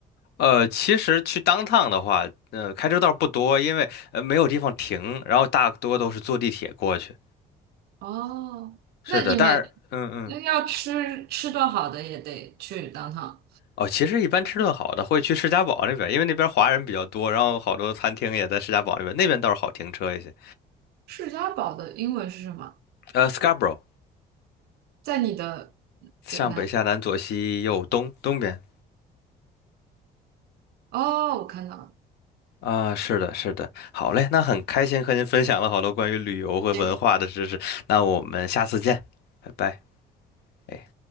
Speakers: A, on the left; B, on the right.
A: 呃，其实去当趟的话，呃，开车倒是不多，因为呃没有地方停，然后大多都是坐地铁过去。
B: 哦？
A: 是的，
B: 那你们
A: 但是，嗯嗯。
B: 那要吃吃顿好的也得去 downtown。
A: 哦，其实一般吃顿好的会去士嘉堡那边，因为那边华人比较多，然后好多餐厅也在士嘉堡那边，那边倒是好停车一些。
B: 世家堡的英文是什么？
A: 呃，Scarborough，
B: 在你的
A: 上北下南左西右东，
B: 对南
A: 东边。
B: 哦，我看到了。
A: 啊，是的，是的，好嘞，那很开心和您分享了好多关于旅游和文化的知识，
B: 对，
A: 那我们下次见，拜拜。哎。